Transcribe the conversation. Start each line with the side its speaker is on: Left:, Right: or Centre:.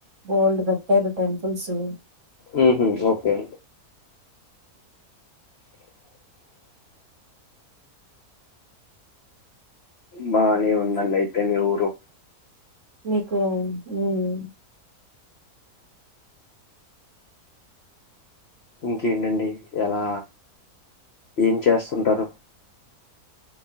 Right: బోల్డ్ కట్టారు టెంపుల్సు
Left: మ్మ్ మ్మ్ ఓకే బానే ఉందండి అయితే మీ ఊరు
Right: మీకూ మ్మ్
Left: ఇంకేంటండి ఎలా ఏం చేస్తుంటారు